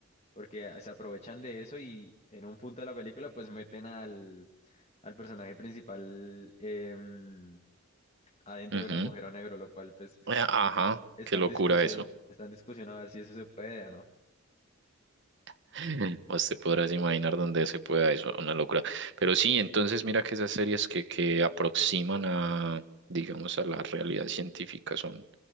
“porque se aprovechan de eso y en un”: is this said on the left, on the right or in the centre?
Left